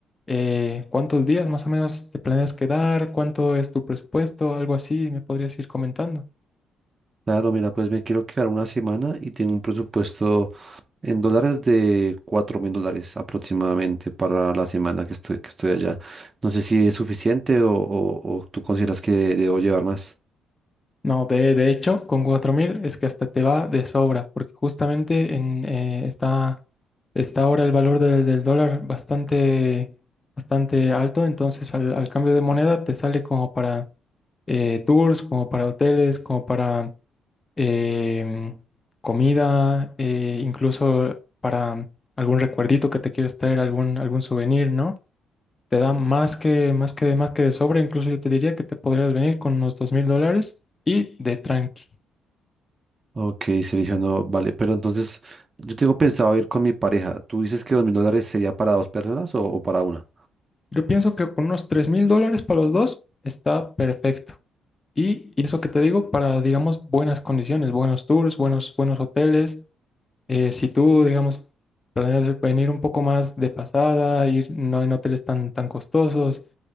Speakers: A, on the left (about 25°); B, on the right (about 30°).
A: Eh, ¿cuántos días más o menos te planeas quedar? ¿Cuánto es tu presupuesto? Algo así, me podrías ir comentando.
B: Claro, mira, pues me quiero quedar una semana y tengo un presupuesto en dólares de cuatro mil dólares aproximadamente para la semana que estoy, que estoy allá. No sé si es suficiente o, o o tú consideras que debo llevar más.
A: No, de, de hecho, con 4.000 es que hasta te va de sobra, porque justamente en, eh, está, está ahora el valor de- del dólar bastante, bastante alto, entonces al, al cambio de moneda te sale como para eh, tours, como para hoteles, como para em, comida, eh, incluso para algún recuerdito que te quieres traer, algún, algún souvenir, ¿no? Te da más que, más que, más que de sobra. Incluso yo te diría que te podrías venir con unos dos mil dólares y de tranqui.
B: Ok, seleccionó, vale, pero entonces yo tengo pensado ir con mi pareja. ¿Tú dices que dos mil dólares sería para dos personas o, o para una?
A: Yo pienso que con unos tres mil dólares para los dos está perfecto. Y, y eso que te digo para, digamos, buenas condiciones, buenos tours, buenos, buenos hoteles. Eh, si tú, digamos, planeas venir un poco más de pasada, ir no en hoteles tan, tan costosos,